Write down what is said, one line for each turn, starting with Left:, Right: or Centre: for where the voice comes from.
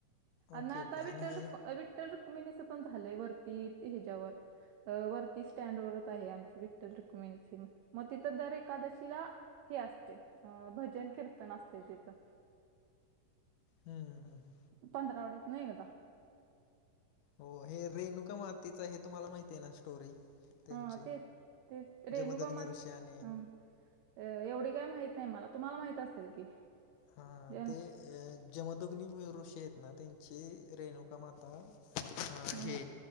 Right: आणि
Left: ओके
Right: आता
Left: ओके
Right: विठ्ठल
Left: हे
Right: रखुमाई, विठ्ठ ठ्ठल रुक्मिणीच पण झालंय वरती ह्याच्यावर. वरती स्टँड वच आहे आमचं विठ्ठल डॉक्युमेंट हे मग तिथं दर एकादशीला हे असते अ भजन कीर्तन असते तिथं
Left: हम्म हम्म, हम्म हम्म
Right: पंधरा वड्यात नाही एकदा
Left: हो हे रेणूका मतीच हे तुम्हाला माहिती आहे ना स्टोरी? त्यांची
Right: हा ते ते रेणुका
Left: जमदग्नी
Right: मात
Left: ऋषी आणि
Right: हम्म. अ एवढी काय माहित नाही मला तुम्हाला माहित असेल की
Left: हा
Right: जन
Left: ते जमदुग्नी ऋषी येत ना त्यांची रेणुका माता अ
Right: हं
Left: हे